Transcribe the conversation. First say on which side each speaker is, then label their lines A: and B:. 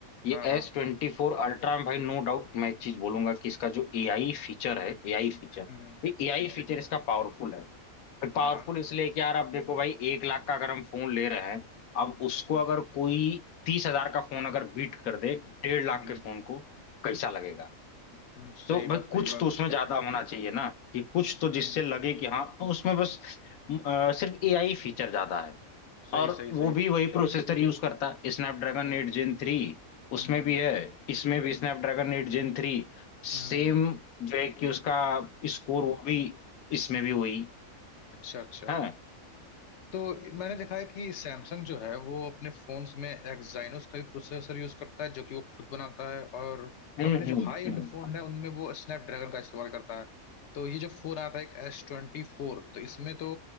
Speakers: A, on the left; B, on the left.
A: ये
B: हाँ हाँ
A: एस ट्वेंटी फोर अल्ट्रा में भाई नो डाउट मैं एक चीज बोलूंगा कि इसका जो एआई फीचर है एआई फीचर
B: हम्म
A: ये एआई
B: ठीक
A: फीचर
B: ठीक
A: इसका पावरफुल है पावरफुल
B: हाँ हाँ
A: इसलिए कि यार आप देखो भाई एक लाख का अगर हम फोन ले रहे हैं अब उसको
B: हम्म
A: अगर कोई तीस हजार का फोन अगर बीट कर दे डेढ़ लाख
B: हम्म
A: के फोन को तो कैसा
B: हम्म
A: लगेगा
B: हम्म, सही
A: तो भाई
B: बात सही
A: कुछ
B: बात
A: तो उसमें ज्यादा होना चाहिए ना कि कुछ तो जिससे
B: हम्म
A: लगे कि हाँ तो उसमें बस अ, सिर्फ एआई फीचर ज्यादा है
B: सही
A: और
B: सही
A: वो
B: सही
A: भी वही प्रोसेसर यूज करता है स्नैपड्रैगन
B: हम्म
A: एट जेन थ्री
B: हम्म
A: उसमें भी
B: हम्म
A: है इसमें भी Snapdragon eight Gen three same
B: हम्म,
A: जो है कि उसका स्कोर वो भी इसमें भी वही
B: अच्छा अच्छा
A: है
B: तो मैंने देखा है कि सैमसंग जो है वो अपने फोन्स में एक्साइनोस का भी प्रोसेसर यूज करता है जो कि वो खुद बनाता है और
A: हम्म
B: अपने जो
A: हम्म
B: हाई एंड
A: हम्म
B: फोन है उनमें वो स्नैपड्रैगन का इस्तेमाल करता है तो ये जो फोन आया था एक एस ट्वेंटी फोर तो इसमें तो